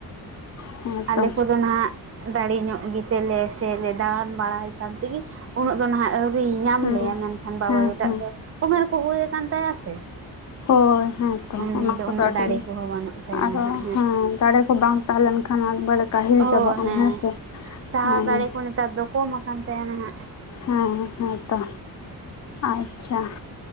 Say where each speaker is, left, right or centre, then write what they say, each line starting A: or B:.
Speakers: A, on the left; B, on the right.
A: ᱦᱮᱸ ᱦᱮᱸᱛᱚ
B: ᱟᱞᱮ ᱠᱚᱫᱚ ᱱᱟᱦᱟᱜ ᱫᱟᱲᱮ ᱧᱚᱜ ᱜᱮᱛᱮᱞᱮ ᱥᱮᱞᱮ ᱫᱟᱬᱟᱱ ᱵᱟᱲᱟᱭ ᱠᱟᱱ ᱛᱮᱜᱮ ᱩᱱᱟᱹᱜ ᱫᱚ ᱱᱟᱦᱟᱜ <unintelligible> ᱧᱟᱢ
A: ᱦᱮᱸ
B: ᱞᱮᱭᱟ ᱢᱮᱱᱠᱷᱟᱱ ᱵᱟᱵᱟᱭᱩ
A: ᱦᱮᱸ ᱦᱮᱸ
B: ᱴᱟᱜ ᱫᱚ ᱩᱢᱮᱨ ᱠᱚ ᱦᱩᱭ ᱟᱠᱟᱱ ᱛᱟᱭᱟ ᱥᱮ
A: ᱦᱚᱭ ᱦᱮᱸ <unintelligible>
B: ᱩᱱᱤ
A: ᱚᱱᱟ
B: ᱫᱚ
A: ᱠᱚᱫᱚ
B: ᱩᱱᱟᱹᱜ
A: ᱟᱹᱰᱤ
B: ᱫᱟᱲᱮ ᱠᱚᱦᱚᱸ ᱵᱟᱹᱱᱩᱜ ᱛᱟᱭᱟ
A: ᱟᱫᱚ
B: ᱱᱟᱦᱟᱜ
A: ᱦᱮᱸ ᱫᱟᱲᱮ ᱠᱚ ᱵᱟᱝ ᱛᱟᱦᱮᱸᱞᱮᱱ ᱠᱷᱟᱱ ᱮᱠᱵᱟᱨᱮ ᱠᱟᱹᱦᱤᱞ
B: ᱚ
A: ᱪᱟᱵᱟᱜ ᱟᱢ
B: ᱦᱮᱸ
A: ᱥᱮ
B: ᱥᱟᱦᱟᱣ
A: ᱦᱮᱸ
B: ᱫᱟᱲᱮ ᱠᱚ ᱱᱮᱛᱟᱨ ᱫᱚ ᱠᱚᱢ ᱟᱠᱟᱱ ᱛᱟᱦᱮᱸᱱᱟ ᱦᱟᱜ᱾
A: ᱦᱮᱸ ᱦᱮᱸ ᱦᱮᱸ ᱛᱚ ᱟᱪᱪᱷᱟ